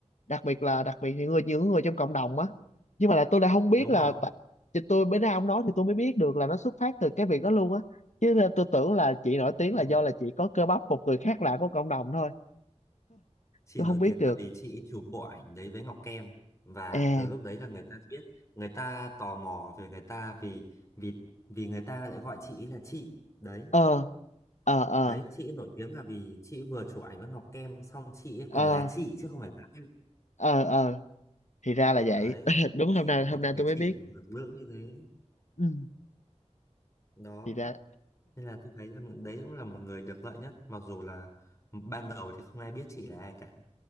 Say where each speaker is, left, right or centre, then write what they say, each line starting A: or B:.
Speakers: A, on the left; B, on the left.
A: đặc biệt là đặc biệt những người những người trong cộng đồng á nhưng mà là tôi lại không biết
B: đúng
A: là
B: rồi
A: tại- chị tôi bữa nay ông nói thì tôi mới biết được là nó xuất phát từ cái việc đó luôn á chứ là tôi tưởng là chị nổi tiếng
B: đúng
A: là do
B: rồi
A: là chị có cơ bắp một người khác lạ của cộng đồng thôi
B: chị
A: tôi
B: nổi
A: không biết
B: tiếng
A: được
B: là vì chị chụp bộ ảnh đấy với Ngọc Kem và
A: À.
B: từ lúc đấy là người ta biết người ta tò mò về người ta vì vì vì người ta lại gọi chị ấy là chị đấy
A: ờ ờ ờ
B: Đấy, chị nổi tiếng là vì chị vừa chụp ảnh với Ngọc Kem xong chị ấy
A: ờ
B: còn là chị chứ không phải là em.
A: ờ ờ thì ra là vậy
B: Đấy,
A: <laughs> đúng
B: gì
A: hôm nay
B: có một
A: hôm nay
B: người
A: tôi mới
B: chị
A: biết
B: nào lực lưỡng như thế.
A: ừ.
B: Đó,
A: thì ra
B: nên là tôi thấy rằng đấy cũng là một người được lợi nhất, mặc dù là ban đầu thì không ai biết chị là ai cả.